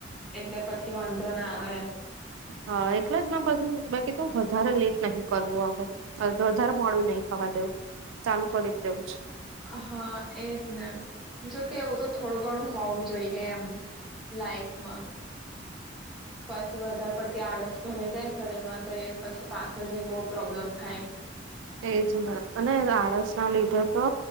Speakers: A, in the centre; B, on the right.
A: એટલે પછી વાંધો ના આવે
B: હા એટલા જ ના પ બાકી તો વધરા લેટ નહીં કરવું અવે વધારે મોડું નહી થવા દેવું? ચાલુ કરી દેવું છે.
A: હા એજ ને જોકે એવું તો થોડું ઘણું હોવું જોઈએ એમ લાઈફમાં, પછી વધારે પડતી આડસ ભરા જાયને શરીરમાં તો એ પછી પાછળ જઈને બો પ્રોબ્લેમ થાય.
B: એજ ના અને
A: હમ.
B: આળસ ના લીધે તો